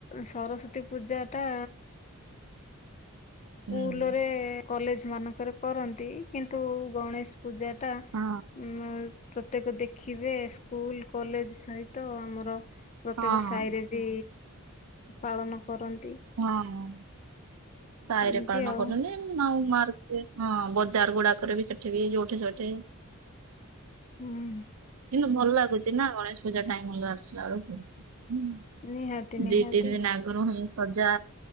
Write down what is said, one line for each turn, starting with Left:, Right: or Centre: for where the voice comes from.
Left: ସରସ୍ଵତୀ ପୂଜା ଟା ସ୍କୁଲରେ
Right: ହୁଁ
Left: କଲେଜ ମାନଙ୍କ <unintelligible> କରନ୍ତି କିନ୍ତୁ ଗଣେଶ ପୂଜାଟା ପ୍ରତ୍ୟେକ
Right: ହଁ
Left: ଦେଖିବେ ସ୍କୁଲ କଲେଜ ସହିତ ଆମର ପ୍ରତ୍ୟେକ
Right: ହଁ
Left: ସାହିରେ ବି ପାଳନ
Right: ହଁ
Left: କରନ୍ତି
Right: ସାହିରେ
Left: ଏମିତି
Right: ପାଳନ
Left: ଆଉ
Right: କରନ୍ତି ମାର ହଁ ବଜାର ଗୁଡାକରେ ବି ସେଠି ବି ଯୋଉଠି ସେଠି
Left: ହୁଁ
Right: ଏନ ଭଲ ଲାଗୁଛି ନା ଗଣେଶ ପୂଜା ଟାଇମ ଭଲ ଆସିଲା ବେଳକୁ ହ
Left: ନିହାତି ନିହାତି
Right: ଦି ତିନି ଦିନ ଆଗରୁ ହିଁ ସଜା